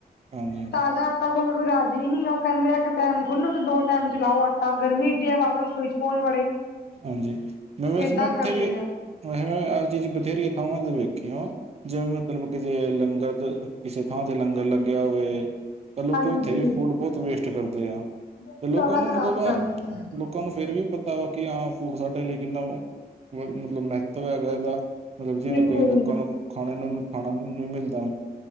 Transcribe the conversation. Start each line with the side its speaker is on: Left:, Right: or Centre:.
Right: ਹਾਂਜੀ ਹਾਂਜੀ
Left: ਤਾਜ਼ਾ ਆਟਾ ਗੋਨਣ ਨੂੰ ਕੋਈ ਰਾਜੀ ਨੀ ਓ ਕੇਂਦੇ ਏ ਏਕ ਟੈਮ ਗੁੰਨੋ ਤੇ ਦੋ ਟੈਮ ਚਲਾਓ ਆਟਾ ਗਰਮੀ ਇੱਡੀ ਏ ਬਾਰ-ਬਾਰ ਰਸੋਈ ਤੇ ਕੋਣ ਵੜੇ।
Right: ਹਾਂਜੀ ਮੈਂ ਵੈਸੇ
Left: ਏਦਾਂ
Right: ਮੈਂ ਬਥੇਰੀ,
Left: ਕਰਦੇ ਆ
Right: ਵੈਸੇ ਮੈਂ ਆਹ ਚੀਜ਼ ਬਥੇਰੀਆਂ ਥਾਵਾਂ ਤੇ ਵੇਖੀਆ। ਜਿਵੇਂ ਮਤਲਬ ਕਿਸੇ ਲੰਗਰ ਤੇ ਕਿਸੇ ਥਾਂ ਤੇ ਲੰਗਰ ਲੱਗੇਆ ਹੋਵੇ। ਤਾਂ ਲੋਕੀ
Left: ਹਾਂਜੀ
Right: ਓਥੇ ਵੀ ਫੂਡ ਬੋਤ ਵੇਸਟ ਕਰਦੇ ਆ
Left: ਬਹੁਤ
Right: ਤੇ ਲੋਕਾਂ
Left: ਜ਼ਿਆਦਾ
Right: ਨੂੰ
Left: ਖ਼ਰਾਬ
Right: ਮਤਲਬ ਅ
Left: ਕਰਦੇ ਆ
Right: ਲੋਕਾਂ ਨੂੰ ਫੇਰ ਵੀ ਪਤਾ ਵਾ ਕਿ ਆ ਫੂਡ ਸਾਡੇ ਲਈ ਕਿੰਨਾ, ‌ ਮਤਲਬ ਮੇਹੱਤਵ ਹੈਗਾ ਏਦਾ। ਮਤਲਬ ਜਿਵੇਂ
Left: ਬਿਲਕੁਲ
Right: ਕਈ ਲੋਕਾਂ ਨੂੰ ਖਾਣੇ ਨੂੰ ਖਾਣਾ ਨਈ ਮਿਲਦਾ।